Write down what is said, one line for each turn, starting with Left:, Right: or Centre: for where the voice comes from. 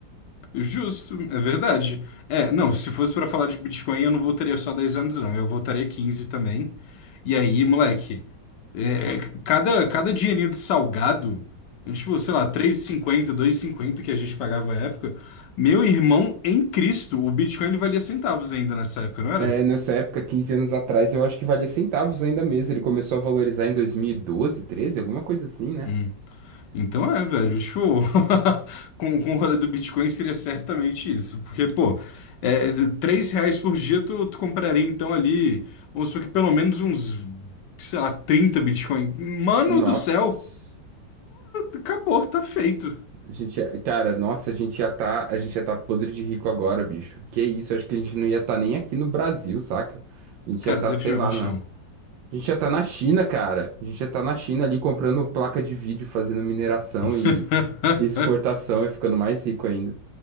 Left: Justo, é verdade. É, não, se fosse pra falar de Bitcoin, eu não votaria só 10 anos, não. Eu votaria 15 também. E aí, moleque, é, é, cada, cada dinheirinho de salgado, é tipo, sei lá, 3,50, cinquenta que a gente pagava à época, meu irmão em Cristo, o Bitcoin ele valia centavos ainda nessa época, não era?
Right: É, nessa época, 15 anos atrás, eu acho que valia centavos ainda mesmo. Ele começou a valorizar em 2012, 13, alguma coisa assim, né?
Left: Hum. Então é, velho, tipo, <laughs> com, com o rolê do Bitcoin seria certamente isso, porque, pô, é, de- três reais por dia tu, tu compraria então ali, vamos supor que pelo menos uns, sei lá, 30 Bitcoin. Mano
Right: Nossa.
Left: do céu, acabou, tá feito.
Right: A gente, ia- cara, nossa, a gente ia tá, a gente ia tá podre de rico agora, bicho. Que isso, eu acho que a gente não ia tá nem aqui no Brasil, saca? A gente
Left: Cara,
Right: ia tá,
Left: definitivamente
Right: sei lá, na...
Left: não.
Right: A gente ia tá na China, cara. A gente ia tá na China ali comprando placa de vídeo, fazendo mineração e
Left: <laughs>
Right: e exportação e ficando mais rico ainda.